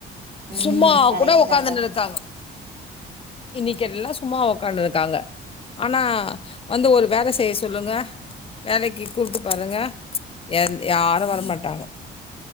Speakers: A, on the right; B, on the left.
A: ம்
B: சும்மா
A: கரெக்ட்
B: கூட உட்காந்துன்னு
A: தான்க்கா
B: இருக்காங்கோ இன்னைக்கு எல்லாம் சும்மா உக்காண்டு இருக்காங்க ஆனா வந்து ஒரு வேல செய்ய சொல்லுங்க வேலைக்கு கூப்பிட்டு பாருங்க எ யாரும் வரமாட்டாங்கோ